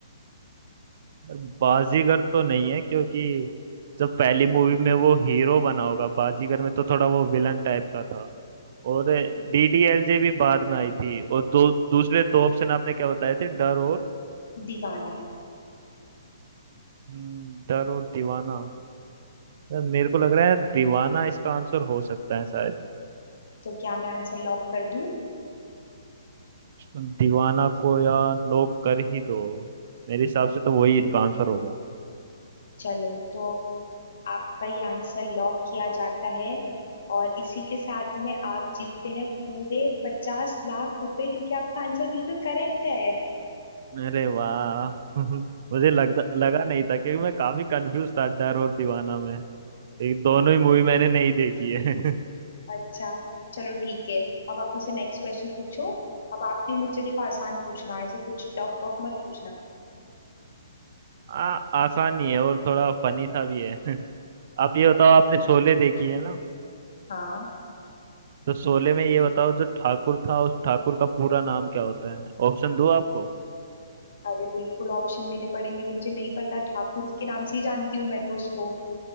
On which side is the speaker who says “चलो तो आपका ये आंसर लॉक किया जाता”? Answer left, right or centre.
Left